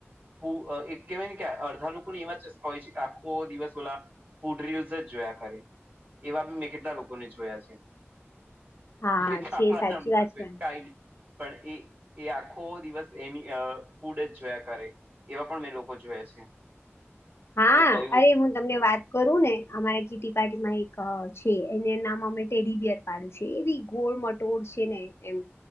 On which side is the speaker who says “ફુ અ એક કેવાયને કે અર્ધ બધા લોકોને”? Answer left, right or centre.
Right